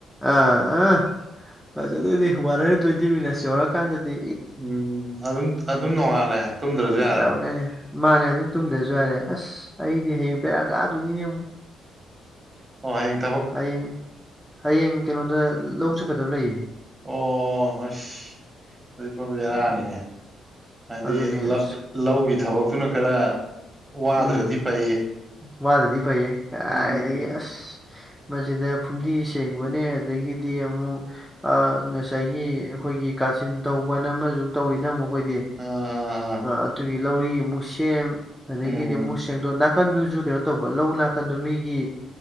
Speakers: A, in the centre; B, on the right.
A: ꯑꯥ ꯑꯥ ꯐꯖꯗꯨꯔꯤ ꯋꯥꯟ ꯍꯟꯗ꯭ꯔꯦꯠ ꯇ꯭ꯋꯦꯟꯇꯤ ꯃꯤꯅꯠꯁ ꯌꯧꯔꯛꯑꯀꯥꯟꯗꯗꯤ
B: ꯎꯝ ꯑꯗꯨꯝ ꯑꯗꯨꯝ ꯅꯣꯡꯉꯥꯜꯂꯦ ꯇꯨꯝꯗ꯭ꯔꯁꯨ
A: ꯐꯖꯕꯅꯦꯅꯦ
B: ꯌꯥꯔꯦ
A: ꯃꯥꯅꯦ ꯑꯗꯨꯝ ꯇꯨꯝꯗ꯭ꯔꯁꯨ ꯌꯥꯔꯦ ꯑꯁ ꯑꯩꯗꯤ ꯍꯌꯦꯡ ꯕꯦꯔꯥ ꯀꯥꯗꯣꯏꯅꯤꯅꯦ ꯑꯃꯨꯛ
B: ꯋꯥ <unintelligible>
A: ꯍꯌꯦꯡ ꯍꯌꯦꯡ ꯀꯩꯅꯣꯗ ꯂꯧ ꯆꯠꯀꯗꯕ ꯂꯩꯌꯦ
B: ꯑꯣ ꯑꯁ ꯑꯗꯨꯗꯤ ꯄꯣ ꯕꯦꯔꯥꯅꯤꯅꯦ
A: ꯎꯝ
B: ꯍꯥꯏꯗꯤ
A: ꯑꯗꯨꯅꯦ ꯑꯁ
B: ꯂꯧꯒꯤ ꯊꯕꯛꯇꯨꯅ ꯈꯔ ꯋꯥꯗ꯭ꯔꯗꯤ
A: ꯎꯝ
B: ꯐꯩꯌꯦ
A: ꯋꯥꯗꯗꯤ ꯐꯩꯌꯦ ꯀꯔꯥꯏꯗꯒꯤ
B: ꯎꯝ
A: ꯑꯁ ꯃꯁꯤꯗ ꯐꯨꯝꯗꯤ ꯁꯦꯡꯕꯅꯦ ꯑꯗꯒꯤꯗꯤ ꯑꯃꯨꯛ ꯑ ꯉꯁꯥꯏꯒꯤ ꯑꯩꯈꯣꯏꯒꯤ ꯀꯥꯆꯤꯟ ꯇꯧꯕꯅ ꯑꯃꯁꯨ ꯇꯧꯔꯤꯅ ꯑꯃꯨꯛ ꯑꯩꯈꯣꯏꯗꯤ
B: ꯎꯝ ꯑꯥ ꯑꯥ ꯑꯥ
A: ꯑꯗꯨꯒꯤ ꯂꯧꯔꯤ ꯑꯃꯨꯛꯁꯦꯝ ꯑꯗꯒꯤꯗꯤ
B: ꯎꯝ
A: ꯃꯨꯁ ꯁꯦꯡꯗꯣ ꯅꯥꯀꯟꯗꯨꯁꯨ ꯀꯩꯅꯣ ꯇꯧꯕ ꯂꯧ ꯅꯥꯀꯟꯗꯨ ꯃꯤꯒꯤ